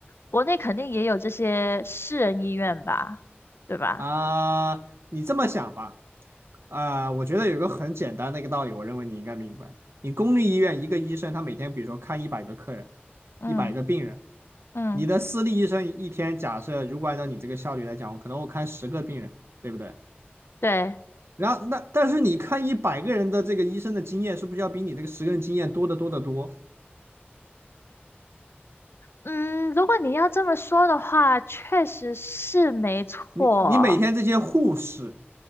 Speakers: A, on the left; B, on the right.
A: 国内肯定也有这些私人医院吧，对吧？
B: 啊你这么想吧，啊、我觉得有个很简单的一个道理，我认为你应该明白。你公立医院一个医生，他每天比如说看一百个客人，
A: 嗯
B: 一百个病人，
A: 嗯，
B: 你的私立医生一天，假设如果按照你这个效率来讲，我可能我看十个病人，对不对？
A: 对，
B: 然后那但是你看一百个人的这个医生的经验，是不是要比你这个十个人经验多得多得多？
A: 嗯，如果你要这么说的话，确实是没错，
B: 你你每天这些护士、